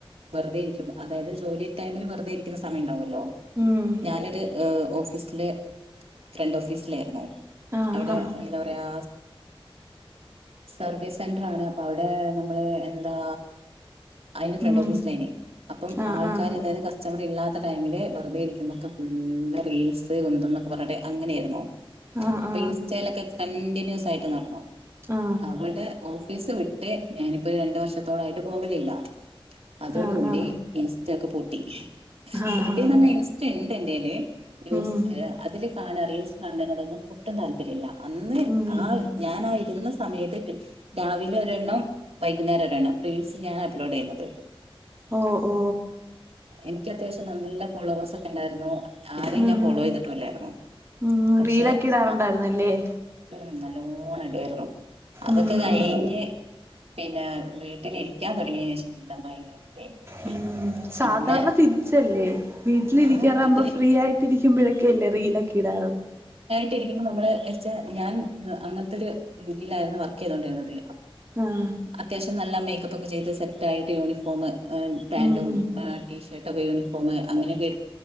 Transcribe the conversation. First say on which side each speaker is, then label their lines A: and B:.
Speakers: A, on the right (about 85°); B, on the right (about 25°).
A: വെറുതെ ഇരിക്കുമ്പോ അതായത് ജോലി ടൈംല് വെറുതെ ഇരിക്കുന്ന സമയണ്ടാവുലോ ലോ
B: ഉം
A: ഞാനൊര് ഏഹ് ഓഫീസില് ഫ്രണ്ട് ഓഫീസില് ആയിരുന്നു
B: ആഹ്
A: അവടെ
B: ആഹ്
A: എന്താ പറയാ സർവീസ് സെന്ററ് ആണ് അപ്പൊ അവിടെ നമ്മള് എന്താ അയിന്റെ ഫ്രണ്ട്
B: ഉം
A: ഓഫീസ് ന്നേനെ അപ്പം
B: ആഹ്
A: ആൾക്കാര്
B: ആഹ്
A: അതായത് കസ് സ്റ്റമറില്ലാത്ത ടൈമില് വെറുതെ ഇരിക്കുമ്പോക്കെ ഫുള്ള് റീൽസ് കുന്തോം ന്നൊക്കെ പറഞ്ഞിട്ട് അങ്ങനായിരുന്നു
B: ആഹ് ആഹ്
A: അപ്പൊ ഇൻസ്റ്റലൊക്കെ കണ്ടിന്യൂസ് ആയി നടന്നു
B: ആഹ്
A: എന്നിട്ട് ഓഫീസ് വിട്ട് ഞാനിപ്പോ രണ്ട് വർഷത്തോളയിട്ട് പോകുന്നില്ല അതോടു
B: ആഹ് ആഹ്
A: കൂടി ഇൻസ് റ്റ ഒക്കെ പൂട്ടി
B: ആഹ്
A: പൂട്ടിന്ന്
B: ആഹ്
A: പറഞ്ഞ ഇൻസ്റ്റ ഇണ്ട് എന്റെല് ന്യൂസ്‌
B: ഉം
A: അതില് കാണാ റീൽസ് കാണനോടൊന്നും ഒട്ടും താല്പര്യല്ല അന്ന്
B: ഉം
A: ആ ഞാനാ ഇരുന്ന സമയത്ത് രാവിലെ ഒരെണ്ണം വൈകുന്നേരം ഒരെണ്ണം റീൽസ് ഞാൻ അപ്‌ലോഡ് ചെയുന്നത്
B: ഓ ഓ
A: എനിക്കത്യാവശ്യം നല്ല ഫോള്ളോവെർസ് ഒക്കെ ഇണ്ടാരുന്നു ആരെയും
B: ഉം
A: ഞാൻ ഫോളോ ചെയ്തിട്ടും ഇല്ലാരുന്നു
B: ഉം
A: പക്ഷെ
B: റീലൊക്കെ ഇടാറുണ്ടായിരുന്നല്ലേ
A: ആ ഉം നല്ലോണം ഇണ്ടാരുന്നു അതൊക്കെ
B: ഉം
A: കയിഞ്ഞ് പിന്നെ വീട്ടിലിരിക്കാൻ തുടങ്ങിയ ശേഷല്ലാ ഭയങ്കര മടിയായി
B: ഉം സാധാരണ
A: പിന്നെ
B: തിരിച്ചല്ലേ വീട്ടിലിരിക്കാറാവുമ്പോ
A: ആഹ് വീട്ടില്
B: ഫ്രീ ആയിട്ട് ഇരിക്കും. <unintelligible> ക്കല്ലേ റീലൊക്കെ ഇടാറു
A: ട്ടിലിരിക്കുമ്പ നമ്മള്ച്ച ഞാൻ അങ്ങനത്തെ ഒരു ഇതിയിലായിരുന്നു വർക്ക് ചെയ്തോണ്ടിരുന്നത്
B: ആഹ്
A: അത്യാവശ്യം നല്ല മേ ക്കപ്പൊക്കെ ചെയ്ത് സെറ്റായിട്ട് യൂണിഫോമ് പാൻറും
B: ഉം
A: ഏ ടീ ഷ <unintelligible> യൂണിഫോമ് അങ്ങനൊക്കെ